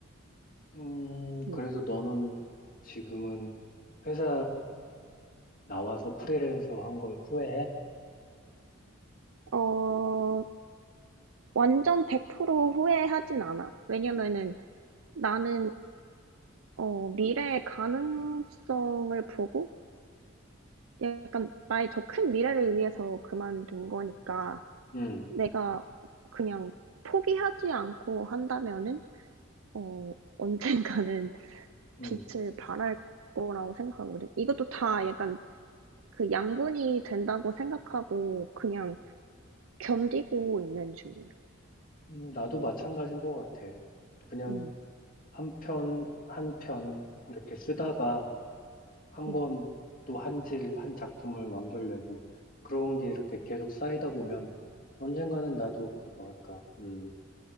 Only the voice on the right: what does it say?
응.
어, 완전 100% 후회하진 않아. 왜냐면은 나는 어, 미래의 가능성을 보고 약간 나의 더 큰 미래를 위해서 그만둔 거니까
내가 그냥 포기하지 않고 한다면은 어, 언젠가는 <laughs>
빛을 발할 거라고 생각하거든. 이것도 다 약간 그 양분이 된다고 생각하고 그냥 견디고 있는 중이야.
응,
응,